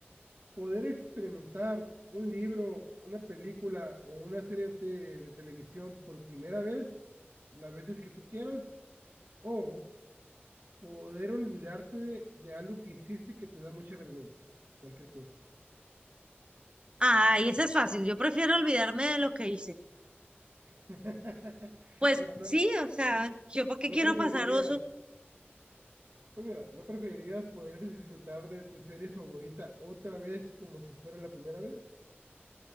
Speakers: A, on the right (about 85°); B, on the right (about 25°).
A: ¿Poder experimentar un libro, una película o una serie de, te- de televisión por primera vez, las veces que tú quieras? ¿O poder olvidarte de algo que hiciste que te da mucha vergüenza? Cualquier cosa.
B: Ay, esa es fácil. Yo prefiero olvidarme de lo que hice.
A: <laughs>
B: Pues
A: No, no,
B: sí, o sea, yo por qué
A: ¿No
B: quiero
A: preferirías,
B: pasar oso.
A: pues mira, ¿no preferirías poder disfrutar de tu serie favorita otra vez como si fuera la primera vez?